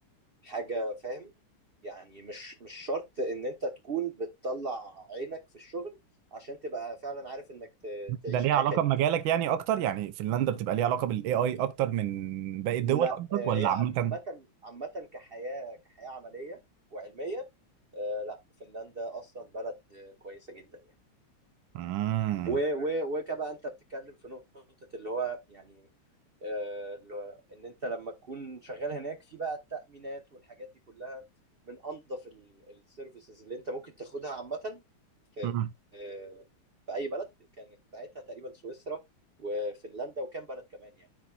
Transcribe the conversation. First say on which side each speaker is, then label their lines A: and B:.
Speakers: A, on the right; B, on the right.
A: حاجة فاهم يعني مش مش شرط ان انت تكون بتطلع عينك في الشغل عشان تبقى فعلا عارف انك ت- تعيش
B: ده ليها
A: حياة
B: علاقه
A: كريمة
B: بمجالك يعني اكتر يعني فنلندا بتبقى ليها علاقه بالاي اي اكتر من باقي الدول
A: لا
B: قصدك
A: آه،
B: ولا
A: هي عامة
B: عامه
A: عامة كحياة كحياة عملية وعلمية آه، لا فنلندا اصلا بلد آه، كويسة جدا يعني
B: امم
A: و و وكبقى انت بتتكلم في نقطة اللي هو يعني آه، اللي هو ان انت لما تكون شغال هناك في بقى التأمينات والحاجات دي كلها من انظف السيرفيسز اللي انت ممكن تاخدها عامة في
B: مم.
A: آه، في اي بلد كانت ساعتها تقريبا سويسرا وفنلندا وكام بلد كمان يعني